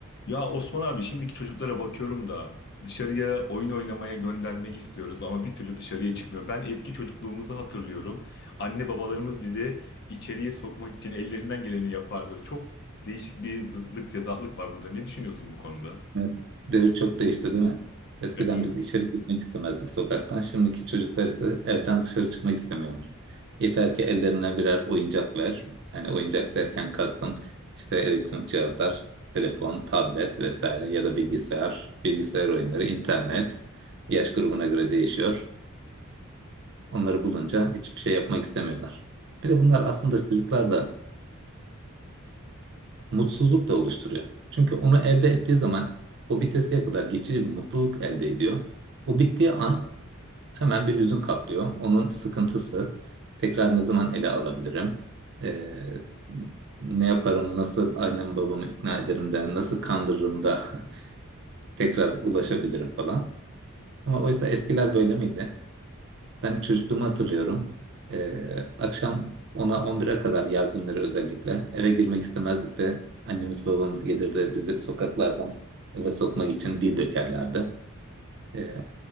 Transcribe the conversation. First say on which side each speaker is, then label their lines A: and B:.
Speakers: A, on the left (about 50°); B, on the right (about 55°).
A: Ya Osman abi şimdiki çocuklara bakıyorum da dışarıya oyun oynamaya göndermek istiyoruz ama bir türlü dışarıya çıkmıyor. Ben eski çocukluğumuzu hatırlıyorum. Anne babalarımız bizi içeriye sokmak için ellerinden geleni yapardı. Çok değişik bir zıtlık, tezatlık var burada. Ne düşünüyorsun bu konuda?
B: Evet, devir çok değişti değil mi? Eskiden
A: Evet.
B: biz içeri gitmek istemezdik sokaktan. Şimdiki çocuklar ise evden dışarı çıkmak istemiyorlar. Yeter ki ellerine birer oyuncak ver. Yani oyuncak derken kastım işte elektronik cihazlar, telefon, tablet vesaire ya da bilgisayar, bilgisayar oyunları, internet. Yaş grubuna göre değişiyor. Onları bulunca hiçbir şey yapmak istemiyorlar. Bir de bunlar aslında çocuklar da mutsuzluk da oluşturuyor. Çünkü onu elde ettiği zaman o bitesiye kadar geçici bir mutluluk elde ediyor. O bittiği an hemen bir hüzün kaplıyor. Onun sıkıntısı tekrar ne zaman ele alabilirim? Ee, ne yaparım, nasıl annemi babamı ikna ederim de, nasıl kandırırım da <laughs> tekrar ulaşabilirim falan. Ama oysa eskiler böyle miydi? Ben çocukluğumu hatırlıyorum. Ee, akşam 10'a 11'e kadar yaz günleri özellikle eve girmek istemezdik de annemiz babamız gelirdi bizi sokaklardan eve sokmak için dil dökerlerdi. Ee,